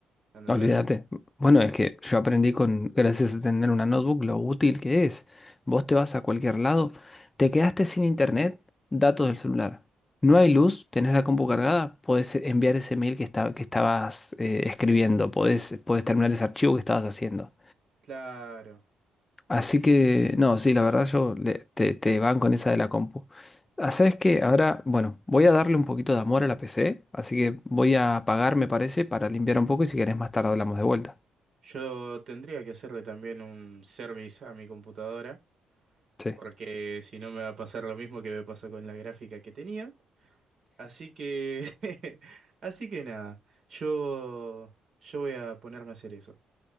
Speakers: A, on the right; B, on the left.
A: ¿Entendés?
B: Olvídate. Bueno, es que yo aprendí con, gracias a tener una notebook, lo útil que es. Vos te vas a cualquier lado, te quedaste sin internet, datos del celular. No hay luz, tenés la compu cargada, podés enviar ese mail que, esta- que estabas eh, escribiendo, podés, podés terminar ese archivo que estabas haciendo.
A: Claro.
B: Así que, no, sí, la verdad yo le- te, te van con esa de la compu. Ah, ¿Sabes qué? Ahora, bueno, voy a darle un poquito de amor a la PC, así que voy a apagar, me parece, para limpiar un poco y si querés más tarde hablamos de vuelta.
A: Yo tendría que hacerle también un service a mi computadora,
B: Sí.
A: porque si no me va a pasar lo mismo que me pasó con la gráfica que tenía. Así que, <laughs> así que nada, yo, yo voy a ponerme a hacer eso.